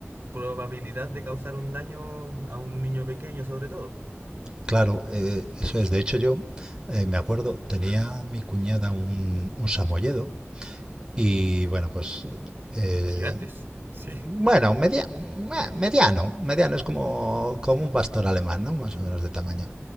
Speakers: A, on the right (about 55°); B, on the right (about 20°).
A: probabilidad de causar un daño a un niño pequeño, sobre todo.
B: Claro, eh, eso es. De hecho, yo eh, me acuerdo, tenía mi cuñada un, un samoyedo y, bueno, pues, eh,
A: Gigantes. Sí,
B: bueno, media- eh, mediano, mediano, es como, como un pastor alemán, ¿no? Más o menos de tamaño.